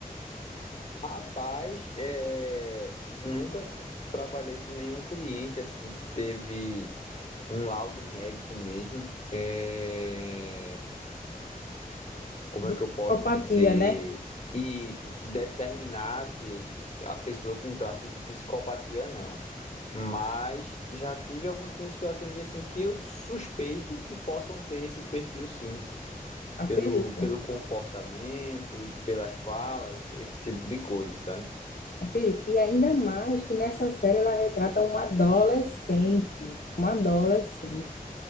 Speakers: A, on the left; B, on the left.
A: Rapaz, é, nunca t- trabalhei com nenhum cliente assim que teve um laudo médico mesmo. É, como
B: De
A: é que
B: psicopatia,
A: eu posso dizer
B: né?
A: isso, que determinasse a pessoa com traços de psicopatia, não. Mas já tive alguns clientes que eu atendi assim que eu suspeito que possam ter esse perfil sim,
B: Acredito,
A: pelo, pelo comportamento e pelas falas, esse tipo de coisa, sabe?
B: acredito. E ainda mais que nessa série ela retrata uma adolescente, uma adolescente.